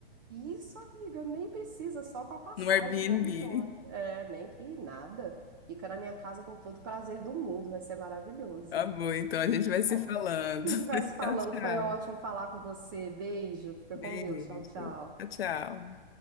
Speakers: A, on the right (about 25°); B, on the left (about 80°).
A: Isso, amiga, nem precisa, só com a passagem,
B: no Airbnb.
A: vamos embora. É, nem que nada. Fica na minha casa com todo o prazer do mundo, vai ser maravilhoso.
B: Tá bom, então a gente vai se
A: Ó,
B: falando.
A: a gente vai
B: <laughs>
A: se falando,
B: Tchau, tchau.
A: foi ótimo falar com você. Beijo, fica
B: Beijo.
A: com Deus. Tchau, tchau.
B: Tchau, tchau.